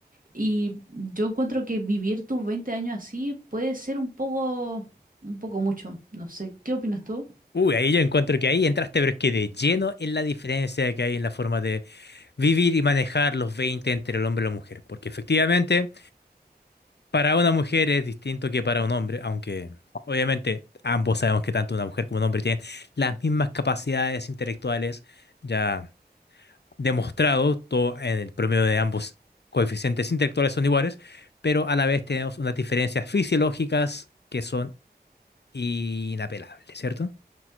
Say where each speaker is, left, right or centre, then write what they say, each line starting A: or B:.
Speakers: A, on the right; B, on the left.
A: Y yo encuentro que vivir tus 20 años así puede ser un poco, un poco mucho. No sé, ¿qué opinas tú?
B: Uy, ahí yo encuentro que ahí entraste, pero es que de lleno en la diferencia que hay en la forma de vivir y manejar los 20 entre el hombre y la mujer. Porque efectivamente, para una mujer es distinto que para un hombre, aunque obviamente ambos sabemos que tanto una mujer como un hombre tienen las mismas capacidades intelectuales ya demostrado, todo en el promedio de ambos coeficientes intelectuales son iguales, pero a la vez tenemos unas diferencias fisiológicas que son inapelables, cierto